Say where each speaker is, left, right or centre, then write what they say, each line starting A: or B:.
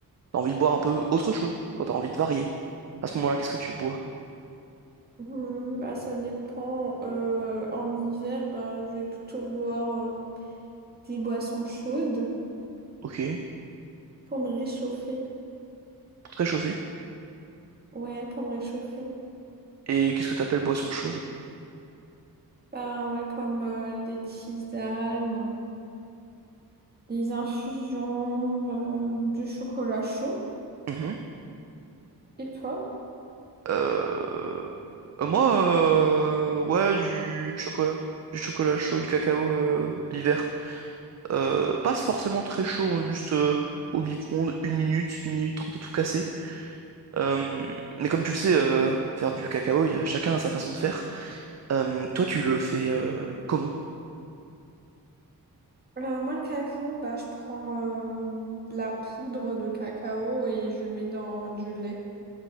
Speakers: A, on the right (about 45°); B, on the right (about 25°).
A: t'as envie de boire un peu autre chose, quand t'as envie de varier. À ce moment-là, qu'est-ce que tu bois?
B: Hmm, bah, ça dépend. Euh, en hiver, bah, je vais plutôt boire euh, des boissons chaudes
A: Ok,
B: pour me réchauffer.
A: pour te réchauffer.
B: Ouais, pour me réchauffer.
A: Et qu'est-ce que t'appelles boisson chaude?
B: Bah, ouais, comme euh, des tisanes, des infusions, euh, du chocolat chaud.
A: Mhm.
B: Et toi?
A: Euh, euh, Moi, euh, ouais, du chocolat. Du chocolat chaud, du cacao euh, l'hiver. Euh, pas forcément très chaud, hein, juste euh, au micro-ondes, une minute, une minute trente à tout casser. Euh, mais comme tu le sais, euh, faire du cacao, il y a- chacun a sa façon de faire. Euh, toi, tu le fais euh, comment?
B: Euh, moi, le cacao, bah, je prends euh, de la poudre de cacao et je mets dans du lait.